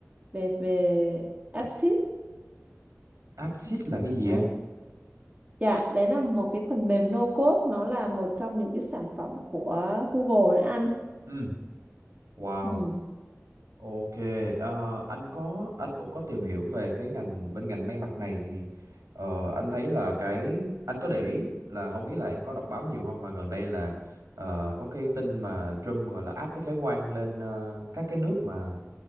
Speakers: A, on the right (about 30°); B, on the right (about 90°).
A: về về AppSheet
B: Apsit là cái gì
A: đấy
B: em?
A: dạ đấy là một cái phần mềm no code nó là một trong những cái sản phẩm của Google đấy anh
B: Ừ. Wow.
A: ừ
B: Ok, ờ, anh có anh cũng có tìm hiểu về cái ngành bên ngành may mặc này thì ờ, anh thấy là cái anh có để ý là không biết là em có đọc báo nhiều không mà gần đây là ờ, có cái tin mà Trump gọi là áp cái thuế quan lên ờ, các cái nước mà